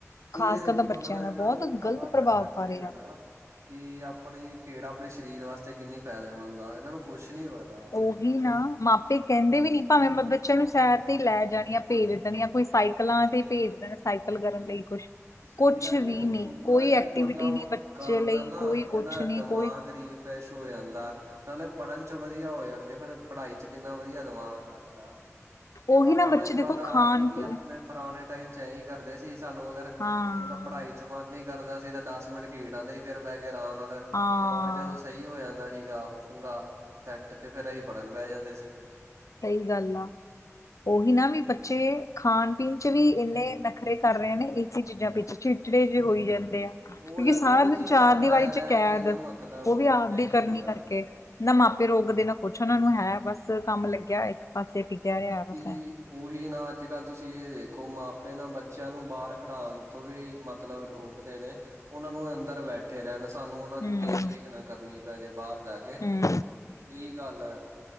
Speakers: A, on the right; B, on the left.
A: ਤੁਸੀ
B: ਖ਼ਾਸ
A: ਇਹ ਦੇਖੋ
B: ਕਰ ਤਾਂ ਬੱਚਿਆਂ
A: ਨਾ,
B: ਦਾ
A: ਇਹਨਾਂ
B: ਬਹੁਤ
A: ਨੂੰ ਪਤਾ
B: ਗ਼ਲਤ ਪ੍ਰਭਾਵ
A: ਲੱਗਣਾ ਚਾਹੀਦਾ
B: ਪਾ ਰਹੇ ਆ
A: ਨਾ- ਕਿ ਆਪਣੀ ਖੇਡ ਆਪਣੇ ਸਰੀਰ ਵਾਸਤੇ ਕਿੰਨੀ ਫਾਇਦੇਮੰਦ ਆ ਇਹਨਾਂ ਨੂੰ- ਕੁਛ ਨਹੀਂ ਪਤਾ
B: ਉਹੀ ਨਾ, ਮਾਪੇ ਕਹਿੰਦੇ
A: ਹਮ
B: ਵੀ ਨੀ ਭਾਵੇਂ ਬਾਬੇ- ਬੱਚਿਆਂ ਨੂੰ ਸੈਰ ਤੇ ਲੈ ਜਾਣੀਆਂ, ਭੇਜ ਦੇਣੀਆਂ ਕੋਈ ਸਾਈਕਲਾਂ ਤੇ ਭੇਜ ਦੇਣਾ, ਸਾਈਕਲ ਕਰਨ ਲਈ ਕੁਛ-
A: ਸਹੀ
B: ਕੁਛ
A: ਗ, ਇਹਨਾਂ
B: ਵੀ
A: ਨੂੰ
B: ਨਹੀਂ
A: ਤਥੂੜਾ
B: ਕੋਈ
A: ਜਿਹਾ
B: ਐਕਟੀਵਿਟੀ
A: ਵੀ ਮਤਲਬ
B: ਨਹੀਂ ਬੱਚੇ
A: ਕਰਦ
B: ਲਈ
A: ਨਾ
B: ਕੋਈ
A: ਇਹਨਾਂ
B: ਕੁਛ ਨਹੀਂ
A: ਦਿਮਾਗ
B: ਕੋਈ
A: ਰੀਫ- ਫਰੈਸ਼ ਹੋ ਜਾਦਾ, ਨਾਲੇ ਪੜ੍ਹਨ 'ਚ ਵਧੀਆ ਹੋ ਜਾਣਗੇ ਫਿਰ- ਪੜ੍ਹਾਈ 'ਚ ਕਿੰਨਾ ਵਧੀਆ ਦਿਮਾਗ ਲੱਗਦਾ,
B: ਉਹੀ
A: ਆਪਾਂ
B: ਨਾ ਬੱਚੇ
A: ਨੂੰ ਹੀ ਪਤਾ
B: ਦੇਖੋ ਖਾਣ
A: ਅਸੀ ਵੀ
B: ਪੀਣ
A: ਆਪਣੇ- ਪੁਰਾਣੇ ਟਾਈਮ 'ਚ ਏਹੀ ਕਰਦੇ ਸੀ ਸਾਨੂੰ ਅਗਰ,
B: ਹਾਂ
A: ਮਤਲਬ ਪੜ੍ਹਾਈ- ਜਵਾਨੀ ਕਰਦਾ ਸੀ ਤਾਂ ਦਸ ਮਿੰਟ ਖੇਡ ਆਉਦੇ ਸੀ, ਫਿਰ ਬਹਿ ਕੇ ਆਰਾਮ ਨਾਲ,
B: ਹਾਂ
A: ਤਮਾਗ ਜਦੋ- ਸਹੀ ਹੋ ਜਾਂਦਾ ਸੀਗਾ, ਪੂਰਾ ਸੈਟ, ਤੇ ਫਿਰ ਅਸੀਂ ਪੜ੍ਹਨ ਬਹਿ ਜਾਂਦੇ ਸੀਗੇ।
B: ਸਹੀ ਗੱਲ ਆ, ਉਹੀ ਨਾ ਵੀ ਬੱਚੇ- ਖਾਣ ਪੀਣ 'ਚ ਵੀ ਇੰਨੇ ਨਖਰੇ ਕਰ ਰਹੇ ਨੇ, ਇਸੇ ਚੀਜਾ ਪਿੱਛੇ, ਚਿੜਚਿੜੇ ਜੇ ਹੋਈ ਜਾਣ- ਹੁੰਦੇ,
A: ਬਹੁਤ
B: ਕਿਉਕਿ
A: ਉਹ
B: ਸਾਰਾ
A: ਜੀ
B: ਦਿਨ ਚਾਰ
A: ਘਰ
B: ਦੀਵਾਰੀ
A: ਰਹਿ
B: 'ਚ
A: ਰਹਿ
B: ਕੈਦ,
A: ਕੇ ਨਾ ਮਤਲਬ
B: ਉਹ ਵੀ ਆਪਦੀ
A: ਐ ਹੀ
B: ਕਰਨੀ
A: ਹੁੰਦਾ
B: ਕਰਕੇ- ਨਾ ਮਾਪੇ ਰੋਕਦੇ ਨਾ ਕੁਛ ਉਹਨਾ ਨੂੰ ਹੈ ਬਸ, ਕੰਮ ਲੱਗਿਆ ਇਕ ਪਾਸੇ ਪੀਗਿਆ ਰਿਹਾ
A: ਕਿ
B: ਬਸ ਐ-
A: ਉਹੀ ਨਾ, ਅਜ- ਕਲ ਤੁਸੀ ਇਹ ਦੇਖੋ ਮਾਪੇ ਨਾ ਬੱਚਿਆਂ ਨੂੰ ਬਾਹਰ ਖਿਡਾਉਣ ਤੋਂ ਵੀ- ਮਤਲਬ ਰੋਕਦੇ ਨੇ, ਉਹਨਾਂ ਨੂੰ ਅੰਦਰ ਬੈਠ- ਇਕੱਠੇ ਰਹਿਣ, ਸਾਨੂੰ ਉਹਨਾਂ
B: ਹੂੰ
A: ਦੀ ਦੇਖ ਰੇਖ ਨਾ ਕਰਨੀ ਪੈ ਜੇ ਬਾਹਰ ਜਾ ਕੇ,
B: ਹੂੰ
A: ਇਹੀ ਗੱਲ ਹੈ।